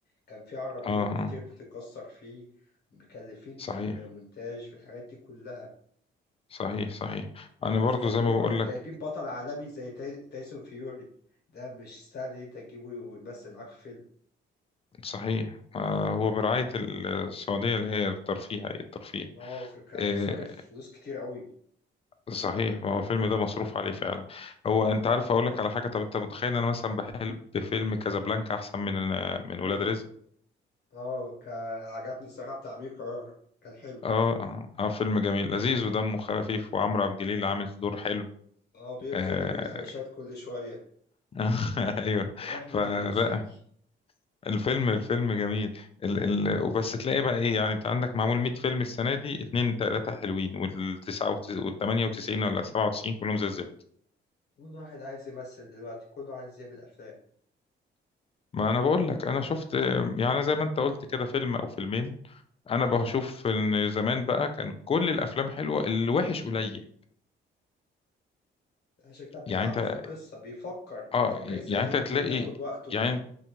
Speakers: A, on the left; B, on the left.
A: كان فيه عربيات
B: اه آه،
A: كتير بتتكسر فيه مكلفين
B: صحيح
A: في المونتاج في الحاجات دي كلها
B: صحيح صحيح
A: وبالذات
B: انا برضو زي
A: إن
B: ما
A: هما
B: بقول
A: كانوا
B: لك
A: جايبين بطل عالمي زي تاي- تايسون فيوري ده مش سهل إن أنت تجيبه ويمثل معاك في فيلم
B: صحيح آه هو برعاية السعودية اللي هي الترفيه هيئة الترفيه
A: اه فكان
B: آه،
A: صارف فلوس كتير قوي
B: صحيح ما هو الفيلم ده مصروف عليه فعلا هو انت عارف اقول لك على حاجه طب انت متخيل إن انا مثلا بحل بفيلم كازابلانكا احسن من من ولاد رزق
A: اه كان عجبني الصراحة بتاع أمير قرار كان حلو
B: اه اه آه، فيلم جميل لذيذ ودمه خفيف وعمرو عبد الجليل عامل دور حلو
A: اه بيفضل
B: آه.
A: يقول علاشات كل شوية
B: <laughs> ايوه
A: ورحمة
B: فلا
A: المكسيكي
B: الفيلم الفيلم جميل ال ال وبس تلاقي بقى ايه يعني انت عندك معمول 100 فيلم السنه دي اتنين تلاته حلوين والتسعه وال 98 ولا 97 كلهم زي الزفت
A: كل واحد عايز يمثل دلوقتي كله عايز يعمل أفلام
B: ما انا بقول لك انا شفت آه، يعني زي ما انت قلت كده فيلم او فيلمين انا بشوف ان زمان بقى كان كل الافلام حلوه الوحش قليل
A: عشان كده بيتعبوا
B: يعني انت
A: في القصة بيفكر
B: اه
A: بيفكر ازاي
B: يعني انت
A: يكتب
B: هتلاقي
A: ياخد وقته
B: يعني